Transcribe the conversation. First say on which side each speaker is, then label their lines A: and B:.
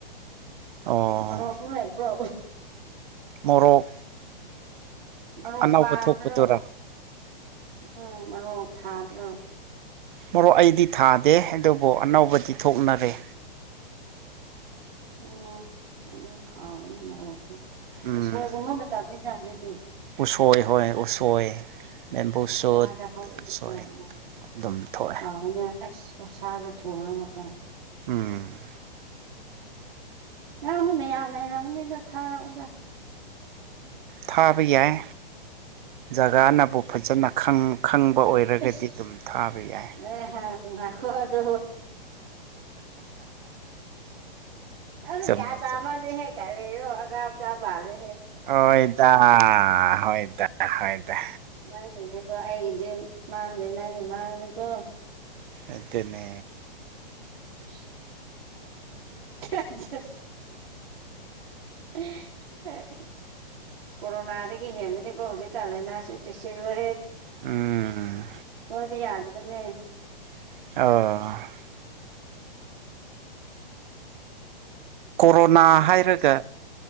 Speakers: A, on the right (about 55°); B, on the right (about 80°).
A: ꯑꯣ
B: ꯃꯣꯔꯣꯛꯁꯨ ꯂꯩꯕ꯭ꯔꯣ
A: ꯃꯣꯔꯣꯛ
B: ꯃꯣꯔꯣꯛ
A: ꯑꯅꯧꯕ
B: ꯄꯥꯟꯕ꯭ꯔꯣ
A: ꯊꯣꯛꯄꯗꯨꯔꯥ
B: ꯎꯝ ꯃꯔꯣꯛ ꯊꯥꯗ꯭ꯔꯣ
A: ꯃꯣꯔꯣꯛ ꯑꯩꯗꯤ ꯊꯥꯗꯦ ꯑꯗꯨꯕꯨ ꯑꯅꯧꯕꯗꯤ ꯊꯣꯛꯅꯔꯦ
B: ꯎꯝ ꯑꯗꯨꯝ ꯍꯥꯎꯋꯤꯅꯦ ꯃꯔꯣꯛꯁꯨ
A: ꯎꯝ
B: ꯎꯁꯣꯏꯒꯨꯝꯕ ꯃꯇꯝꯅꯤꯅ ꯍꯧꯖꯤꯛꯇꯤ
A: ꯎꯁꯣꯏ ꯍꯣꯏ ꯎꯁꯣꯏ ꯕꯦꯝꯕꯨ ꯁꯨꯠ
B: ꯋꯥꯗ ꯍꯧꯕꯗ
A: ꯎꯁꯣꯏ
B: ꯑ ꯑ
A: ꯑꯗꯨꯝ ꯊꯣꯛꯑꯦ
B: ꯍꯥꯎꯅꯦ ꯑꯁ ꯑꯣꯛꯁꯥꯒ ꯊꯣꯡꯉꯒꯀ
A: ꯎꯝ
B: ꯅꯪꯁꯨ ꯃꯌꯥꯝ ꯂꯩꯔꯝꯒꯅꯤꯗ ꯊꯥꯔꯛꯑꯣꯗ
A: ꯊꯥꯕ ꯌꯥꯏ ꯖꯒꯥꯅꯕꯨ ꯐꯖꯅ ꯈꯪ ꯈꯪꯕ ꯑꯣꯏꯔꯒꯗꯤ
B: ꯑꯁ
A: ꯑꯗꯨꯝ ꯊꯥꯕ ꯌꯥꯏ
B: ꯑꯦ ꯉꯥꯏꯈꯣ ꯑꯗꯨ ꯑꯗꯨ
A: ꯆꯨꯝꯃꯦ
B: ꯒ꯭ꯌꯥꯟ ꯇꯥꯃꯗꯦ
A: ꯆꯨꯝꯃꯦ
B: ꯍꯦ ꯀꯔ ꯀꯔꯤꯔꯣ ꯑꯉꯥꯝ ꯆꯥ ꯃꯥꯜꯂꯦ
A: ꯍꯣꯏꯗ ꯍꯣꯏꯗ ꯍꯣꯏꯗ
B: ꯅꯪꯉꯤꯅꯦꯀꯣ ꯑꯩꯒꯤꯗꯤ ꯃꯥꯡꯗꯦ ꯅꯪꯉꯤ ꯃꯥꯡꯒꯅꯤꯀꯣ
A: ꯑꯗꯨꯅꯦ
B: <inaudible> <inaudible> ꯀꯣꯔꯣꯅꯥꯗꯗꯒꯤ ꯍꯦꯟꯕꯅꯤꯀꯣ ꯍꯧꯖꯤꯛ ꯀꯥꯟ ꯂꯩꯅꯥꯁꯦ ꯆꯦꯁꯂꯨꯀꯣ
A: ꯎꯝ
B: <unintelligible> ꯌꯥꯗꯕꯅꯦ
A: ꯑꯣ ꯀꯣꯔꯣꯅꯥ ꯍꯥꯏꯔꯒ